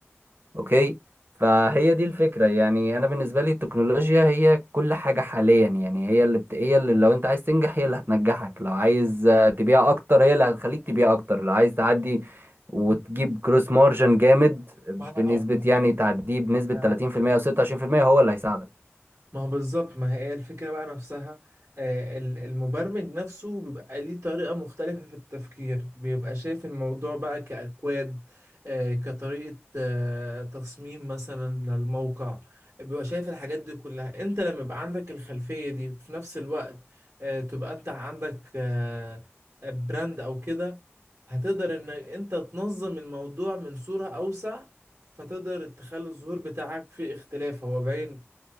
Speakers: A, on the right (about 50°); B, on the right (about 80°).
A: اوكي فهي دي الفكرة يعني انا بالنسبة لي التكنولوجيا هي كل حاجة حاليا يعني هي اللي بت... هي اللي لو انت عايز تنجح هي اللي هتنجحك لو عايز آه، تبيع اكتر هي اللي هتخليك تبيع اكتر لو عايز تعدي وتجيب كروس مارجن جامد بنسبة
B: ما انا هقول
A: يعني تعديه بنسبة
B: لك
A: 30% او 26% هو اللي هيساعدك
B: ما هو بالظبط ما هي الفكرة بقى نفسها آه، ال- المبرمج نفسه بيبقى ليه طريقة مختلفة في التفكير بيبقى شايف الموضوع بقى كأكواد آه، كطريقة آه، تصميم مثلا للموقع بيبقى شايف الحاجات دي كلها انت لما يبقى عندك الخلفية دي وفي نفس الوقت آه، تبقى انت عندك آه، براند او كده هتقدر ان انت تنظم الموضوع من صورة اوسع فتقدر تخلي الظهور بتاعك فيه اختلاف هو باين